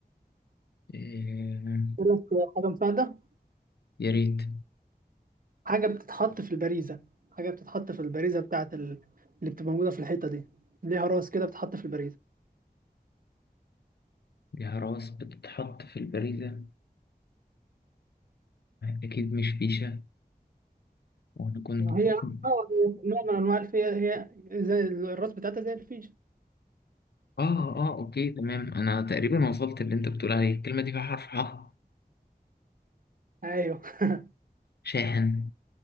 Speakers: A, on the left; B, on the right.
A: آه
B: يقول لك حاجه مساعده
A: يا ريت
B: حاجه بتتحط في البريزه حاجه بتتحط في البريزه بتاعت ال... اللي بتبقى موجوده في الحيطه دي ليها راس كده بتتحط في البريزه
A: ليها راس بتتحط في البريزة أكيد مش فيشة وأنا كنت
B: ما هي
A: <laughs>
B: اه نوع من انواع الفي هي زي الراس بتاعتها زي الفيشه
A: آه آه أوكي تمام أنا تقريبا وصلت اللي أنت بتقول عليه الكلمة دي فيها حرف ح
B: ايوه <laughs>
A: شاحن